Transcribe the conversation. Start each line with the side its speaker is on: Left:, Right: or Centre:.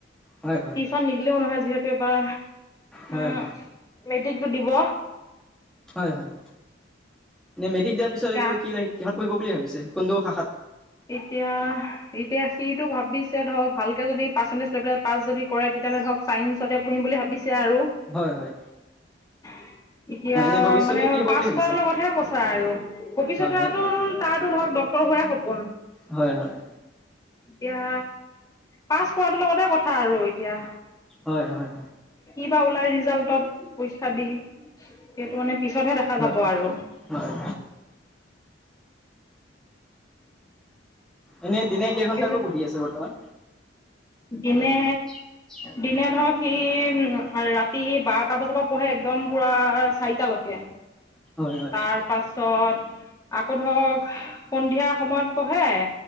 Centre: হয় হয়
Left: টিউচন নিদিলেও নহয় যিহেতু এইবাৰ
Centre: হয়
Left: উ,
Centre: হয়
Left: মেট্ৰিকটো দিব
Centre: হয়, হয় এ মেট্ৰিক দিয়াৰ পিছত
Left: এতিয়া
Centre: এইটো কি সহত পঢ়িব বুলি ভাবিছে কোনটো শাখাত?
Left: এতিয়া-এতিয়া সিটো ভাবিছে ধৰক ভালকে যদি পাৰ্চেণ্টেজ লৈ পেলাই পাছ যদি কৰে তেনে ধক চাইঞ্চতে পঢ়ম বুলি ভাবিছে আৰু
Centre: হয় হয়
Left: <inaudible> এতিয়া
Centre: হয় এনে ভৱিষ্যতে
Left: মানে
Centre: কি হ'ব
Left: পাছ
Centre: বুলি ভাবিছে
Left: কৰাৰ লগতহে কৈছা আৰু ভৱিষ্যতে
Centre: হয়
Left: তাৰটো ধৰক ডক্টৰ হোৱায়ে সপোন
Centre: হয় হয়
Left: এতিয়া পাছ কৰাটো লগতে কথা আৰু এতিয়া
Centre: হয়, হয়
Left: কিবা ওলাই ৰিজাল্টত পইচা দি সেইটো মানে পিছতহে দেখা
Centre: হয়
Left: যাব
Centre: হয়
Left: আৰু
Centre: হয় এনেই দিনে কেইঘন্টাকৈ
Left: আৰু
Centre: পঢ়ি আছে বৰ্তমান?
Left: দিনে
Centre: <inaudible>
Left: দিনে ধৰক সি ৰাতি বাৰটা বজাৰ পৰা পঢ়ে একদম পূৰা চাৰিটালৈকে।
Centre: হয় হয়
Left: তাৰ পাছত আকৌ ধৰক সন্ধিয়া সময়ত পঢ়ে